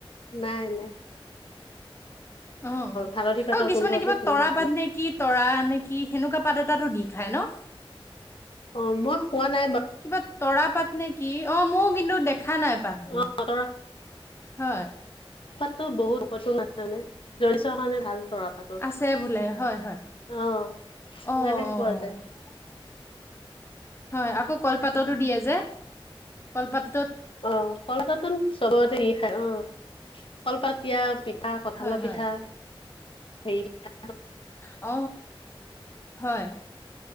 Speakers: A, on the left (about 65°); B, on the left (about 25°).
A: নাই নাই।
B: অ,
A: হালধি
B: আকৌ
A: পাতৰ
B: কিছুমানে
A: গোন্ধটো
B: কিবা
A: ধুনীয়া
B: তৰা
A: লাগে
B: পাত নে কি তৰা নে কি সেনেকুৱা পাতত তাটো দি খাই ন।
A: অ মই খোৱা নাই বাও।
B: কিবা তৰা পাত। নেকি অ ম‌উ কিন্তু দেখা নাই পাতটো
A: অ তৰা
B: হয়।
A: তো বহুত কঠিন আছিলে জৰ চৰ কাৰণে ভাল। তৰা পাতো অ
B: আছে বোলে হয় হয়
A: সেইকাৰণে
B: অ
A: খোৱা
B: অ
A: যায়।
B: <inaudible> হয় আকৌ কলপাততো দিয়ে যে কলপাত।
A: অ সলতোন চবতে ই খায় অ। কলপতিয়া পিঠা কঠালৰ
B: হয় হয়
A: পিঠা হেৰি পিঠা।
B: অ হয়